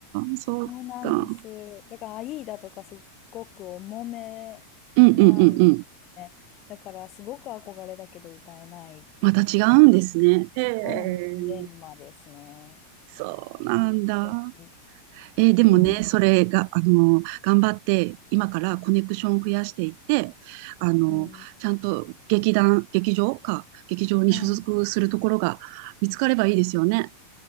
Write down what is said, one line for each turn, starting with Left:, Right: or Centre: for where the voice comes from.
Right: そっか。
Left: そうなんです。だから、アイーダとかすっごく重めなんですね。
Right: うんうんうんうん。
Left: だから、すごく憧れだけど歌えないっ
Right: また違うんですね。
Left: ていう。
Right: へえ、
Left: そうなんです。ジレンマですね。
Right: そうなんだ。
Left: 本当に。
Right: えーでもね、
Left: うん、
Right: それが、あの、頑張って、今からコネクションを増やしていって、あの、
Left: うん。
Right: ちゃんと劇団、劇場か、劇場に所属するところが見つかればいいですよね。
Left: はい。